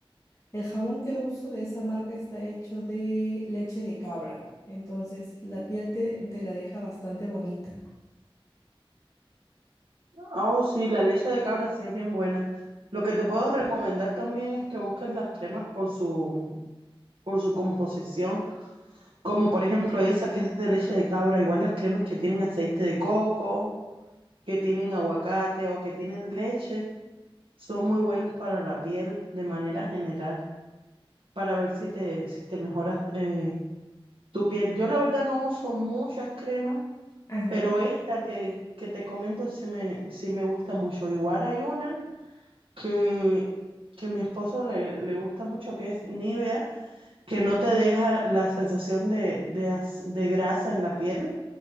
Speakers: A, on the left; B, on the right.
A: el jabón que uso de esa marca está hecho de leche de cabra, entonces la piel te, te la deja bastante bonita.
B: Oh, sí, la leche de cabra sí es bien buena. Lo que te puedo recomendar también es que busques las cremas por su, por su composición. Como por ejemplo esa que es de leche de cabra, igual las cremas que tienen aceite de coco, que tienen aguacate o que tienen leche, son muy buenas para la piel de manera general, para ver si te, si te mejoras eh, tu piel. Yo la verdad no uso muchas cremas,
A: Ajá.
B: pero esta que, que te comento sí me, sí me gusta mucho. Igual hay una que, que mi esposo le, le gusta mucho, que es Nivea, que no te deja la sensación de, de, as- de grasa en la piel